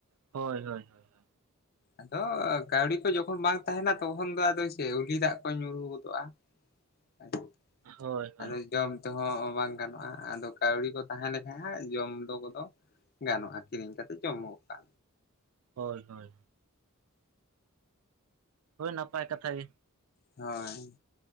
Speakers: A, on the right; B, on the left.
A: ᱦᱳᱭ ᱦᱳᱭ ᱦᱳᱭ
B: ᱟᱫᱚ ᱠᱟᱹᱣᱰᱤ ᱠᱚ ᱡᱚᱠᱷᱚᱱ ᱵᱟᱝ ᱛᱟᱦᱮᱸᱱᱟ ᱛᱚᱠᱷᱚᱱ ᱫᱚ ᱟᱫᱚ ᱪᱮᱫ ᱩᱞᱤ ᱫᱟᱜ ᱠᱚ ᱧᱩᱨᱩ ᱜᱚᱫᱚᱜᱼᱟ <inaudible>
A: ᱦᱳᱭ ᱦᱳᱭ
B: ᱟᱫᱚ ᱡᱚᱢ ᱛᱮᱦᱚᱸ ᱵᱟᱝ ᱜᱟᱱᱚᱜᱼᱟ ᱟᱫᱚ ᱠᱟᱹᱣᱰᱤ ᱠᱚ ᱛᱟᱦᱮᱸ ᱞᱮᱠᱷᱟᱱ ᱦᱟᱜ ᱡᱚᱢ ᱫᱚ ᱠᱚᱫᱚ ᱜᱟᱱᱚᱜᱼᱟ ᱠᱤᱨᱤᱧ ᱠᱟᱛᱮᱫ ᱡᱚᱢᱚᱜᱼᱟ᱾
A: ᱦᱳᱭ ᱦᱳᱭ ᱦᱳᱭ ᱱᱟᱯᱟᱭ ᱠᱟᱛᱷᱟ ᱜᱮ
B: ᱦᱳᱭ